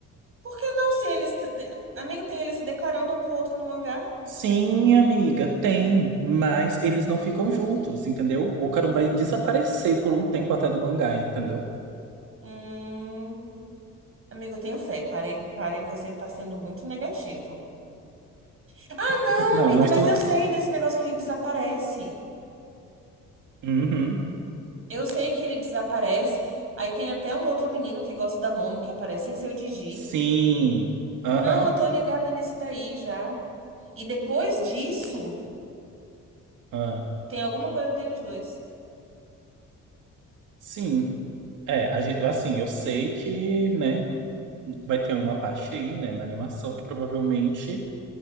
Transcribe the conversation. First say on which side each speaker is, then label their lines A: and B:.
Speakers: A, on the right (about 45°); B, on the right (about 80°).
A: Por que não se eles. te- te- Amigo, tem eles se declarando um pro outro no mangá?
B: Sim, amiga, tem, mas eles não ficam juntos, entendeu? O Ocarum vai desaparecer por um tempo até do mangá, entendeu?
A: Hum. Amigo, eu tenho fé. Pare, pare, você tá sendo muito negativo. Ah,
B: <laughs>
A: Não,
B: Não,
A: amigo,
B: não
A: mas
B: estou.
A: eu sei desse negócio que ele desaparece.
B: Uhum.
A: Eu sei que ele desaparece. Aí tem até um outro menino que gosta da Momo que aparece sem ser o Didi.
B: Sim. Aham.
A: Não, eu tô ligada nisso daí já. E depois disso,
B: ah,
A: tem alguma coisa deles dois.
B: Sim. É, a gen- assim, eu sei que, né, vai ter uma parte aí, né, na animação que provavelmente